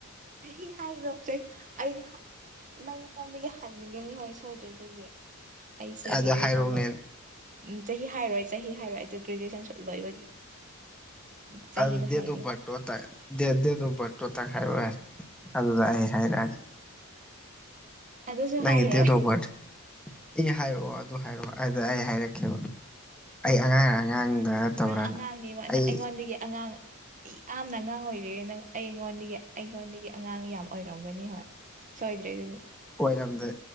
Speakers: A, on the right; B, in the centre.
A: ꯆꯍꯤ ꯍꯥꯏꯔꫭ ꯆꯩ ꯑꯩꯕꯤ ꯍ ꯅꯪꯉꯣꯟꯗꯒꯤ ꯍꯟꯅꯤꯡꯒꯅꯤ ꯍꯣꯏ ꯁꯣꯏꯗꯦ ꯑꯗꯨꯗꯤ ꯑꯩꯁꯦ
B: ꯑꯗꯨ
A: ꯒ꯭ꯔꯦꯖꯨꯋꯦꯁꯟ
B: ꯍꯥꯏꯔꯛꯎꯅꯦ
A: ꯂꯣꯏ ꯎ ꯆꯍꯤ ꯍꯥꯏꯔꯣꯏ ꯆꯍꯤ ꯍꯥꯏꯔꯣꯏ ꯑꯗꯨ ꯒ꯭ꯔꯦꯖꯨꯑꯦꯁꯟꯁꯨ ꯂꯣꯏꯕ ꯆꯍꯤꯗꯣ
B: ꯑꯗꯨ
A: ꯍꯥꯏꯒꯦ
B: ꯗꯦꯠ ꯑꫭꯐ ꯕꯥꯏꯠ ꯇꯣ ꯇ ꯗꯦ ꯗꯦ ꯑꫭꯐ ꯚꯥꯠ ꯇꯣ ꯇꯛ ꯍꯥꯏꯥꯏꯔꯣ ꯌꯥꯔꯦ ꯑꯗꯨꯗ ꯑꯩ ꯍꯥꯏꯔꯛꯑꯒꯦ
A: ꯑꯗꯨꯁꯨ ꯍꯥꯏꯔꯣꯏ
B: ꯅꯪꯗꯤ ꯗꯦꯠ ꯑꫭꯐ ꯕꯔꯊ꯭ ꯑꯦ ꯍꯥꯏꯔꯛꯑꯣ ꯑꯗꯨ ꯍꯥꯏꯔꯛꯑꯣ ꯑꯗꯨꯗ ꯑꯩ ꯍꯥꯏꯔꯛꯀꯦꯕ ꯑꯩ ꯑꯉꯥꯡ ꯑꯉꯥꯡꯗ ꯅꯠꯇꯕ꯭ꯔꯥꯅ
A: ꯅꯪ ꯑꯉꯥꯡꯅꯦꯕ ꯅ
B: ꯑꯩ
A: ꯑꯩꯉꯣꯟꯗꯒꯤ ꯑꯉꯥꯡ ꯏ ꯌꯥꯝꯅ ꯑꯉꯥꯡ ꯑꯣꯏꯔꯦ ꯅꯪ ꯑꯩꯉꯣꯟꯗꯒꯤ ꯑꯩꯉꯣꯟꯗꯒꯤ ꯑꯉꯥꯡ ꯌꯥꯝ꯫ ꯑꯣꯏꯔꯝꯒꯅꯤ ꯍꯣꯏ ꯁꯣꯏꯗ꯭ꯔꯦ ꯑꯗꯨꯗꯤ꯫
B: ꯑꯣꯏꯔꯝꯗꯦ